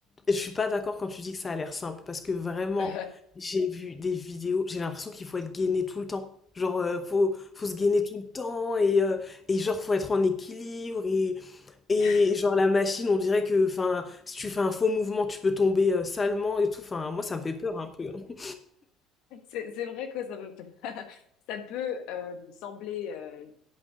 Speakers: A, on the left; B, on the left.
A: je suis pas d'accord quand tu dis que ça a l'air simple, parce que vraiment,
B: Euh,
A: j'ai vu des vidéos, j'ai l'impression qu'il faut être gainé tout le temps. Genre, euh, faut, faut se gainer tout le temps, et, euh, et genre, faut être en équilibre, et, et
B: <laughs>
A: genre, la machine, on dirait que, enfin, si tu fais un faux mouvement, tu peux tomber euh, salement et tout. Enfin, moi, ça me fait peur un peu. hein.
B: C'est c'est vrai que ça peut <laughs> ça peut euh, sembler euh,